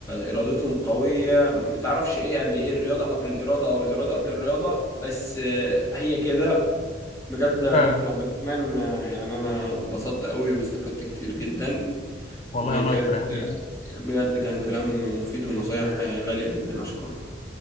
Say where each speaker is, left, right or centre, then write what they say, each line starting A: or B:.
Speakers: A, on the left; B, on the left.
A: إرادتهم قوية متعرفش إيه قبل إيه الرياضة قبل الإرادة أو الإرادة قبل الرياضة بس آه، هي كده بجد يا
B: فعلا
A: كابتن عبد الرحمن آه، يعني أنا اتبسطت أوي واستفدت كتير جدا
B: والله
A: وكان
B: أنا أكتر يا حبيبي
A: بجد كان كلام مفيد ونصايح آه، غالية جدا أشكره